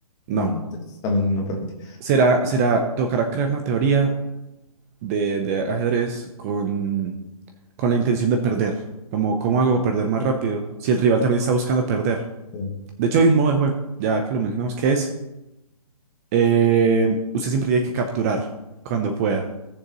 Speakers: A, on the right (about 25°); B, on the left (about 15°).
A: No.
B: No, no, pues, también no permite.
A: Será, será, tocará crear una teoría de, de ajedrez con, con la intención de perder. Como, ¿cómo hago para perder más rápido? Si el rival también está buscando perder.
B: Sí.
A: De hecho, hay un modo de juego, ya que lo mencionamos, que es Eh, usted siempre tiene que capturar cuando pueda.